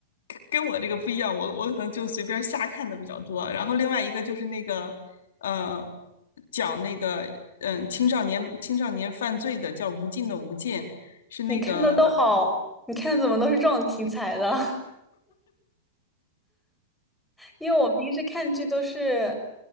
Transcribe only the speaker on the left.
跟跟我这个不一样，我我可能就随便瞎看的比较多。然后另外一个就是那个，呃，讲那个嗯青少年青少年犯罪的叫《无尽的无尽》，是那个